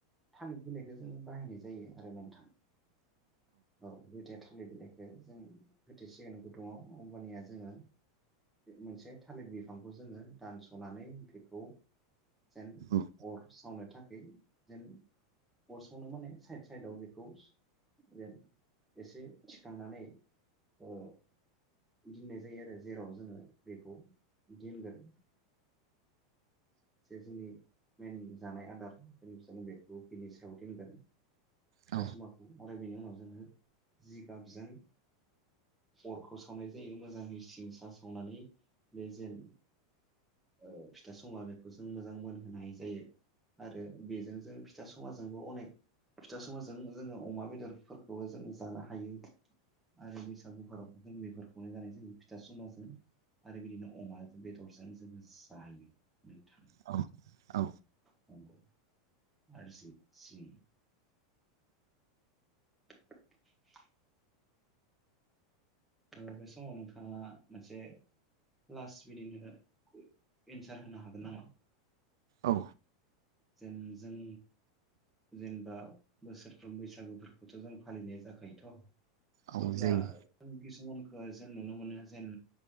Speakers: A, in the centre; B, on the right.
A: थालिर बिलाइखौ जोङो बाहायनाय जायो आरो नोंथां औ बे <unintelligible> थालिर बिलाइखौ जों होथेसिगोन गुदुङाव होनबानिया जोङो मोनसे थालिर बिफांखौ जोङो दानसनानै बेखौ जेन
B: औ
A: अर सावनो थाखाय जेन अर सावनो माने साइद साइदआव बेखौ जेन एसे थिखांनानै ओ दोननाय जायो आरो जेराव जोङो बेखौ गेनगोन जे जोंनि मेइन जानाय आदार जेन जों बेखौ बिनि सायाव दोनगोन फिथा
B: औ
A: सुङाखौ। ओमफ्राय बेनि उनाव जोङो जिगाबजों अरखौ सावनाय जायो मोजाङै सिं सा सावनानै बे जेन ओ फिथा सुङा बे खौ जों मोजां मोनहोनाय जायो आरो बेजों जों फिथा सुङाजोंबो अनेक फिथा सुङाजों जोङो अमा बेदरफोरखौबो जों जानो हायो। आरो बैसागुफोराव जों बेफोरखौनो जानाय जायो फिथा सुङाजों आरो बिदिनो अमा बेदरजों जोङो जायो। नोंथां
B: औ औ
A: नंगौ आरजि जि <inaudible> ओ बे समाव नोंथां आ मोनसे प्लास बिदिनो एन्सार होनो हागोन नामा?
B: औ।
A: जेन जों जेनेबा बोसोरफ्रोम बैसागुफोरखौथ जों फालिनाय जाखायोथ
B: औ
A: अब्ला
B: जायो
A: किसुमान ओ जों नुनो मोनो जेन